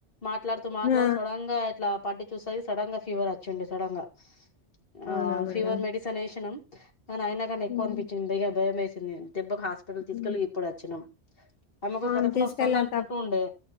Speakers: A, on the left; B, on the left.
A: మాట్లాడుతూ మాట్లాడ
B: ఆ
A: సడన్ గా ఇట్లా పట్టి చూస సడన్ గా ఫీవర్ వచ్చండి సడన్ గా ఆ
B: అవునా మేడం
A: ఫీవర్ మెడిసిన్ వేసినాం కానీ అయినా కానీ ఎక్కువ
B: ఉమ్,
A: అనిపించింది ఇగ భయం వేసింది దెబ్బకి హాస్పిటల్ తీసుకెళ్లి
B: ఉమ్.
A: ఇప్పుడు వచ్చినం ఆమెకు
B: అవును
A: కడుపుని
B: తీసుకెళ్ళా
A: వస్తోంది అనుకుంటూ
B: తప్
A: ఉండే